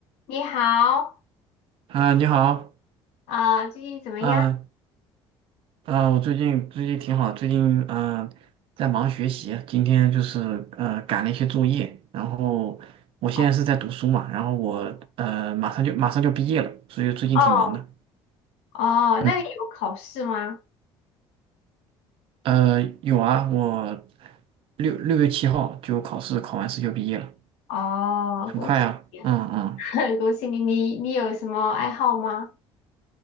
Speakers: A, on the left; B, on the right.
A: 你好，
B: 啊，你好，
A: 啊、最近怎么样？
B: 啊啊，我最近最近挺好，最近嗯、在忙学习，今天就是呃赶了一些作业，然后我现在是在读书嘛，
A: 哦
B: 然后我呃马上就马上就毕业了，所以最近挺忙的。
A: 哦哦，
B: 嗯，
A: 那你有考试吗？
B: 呃有啊，我六六月七号就考试，考完试就毕业了，
A: 哦，
B: 很快啊。
A: 恭喜你啊，
B: 嗯嗯
A: <laughs> 恭喜你！你你有什么爱好吗？